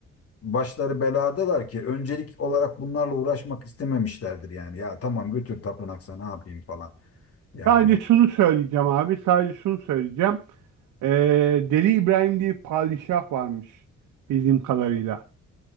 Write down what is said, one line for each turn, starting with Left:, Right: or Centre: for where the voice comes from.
Left: başları beladalar ki öncelik olarak bunlarla uğraşmak istememişlerdir yani. Ya tamam götür tapınak sana ne yapayım falan yani.
Right: Sadece şunu söyleyeceğim abi, sadece şunu söyleyeceğim. E, Deli İbrahim diye bir padişah varmış bildiğim kadarıyla.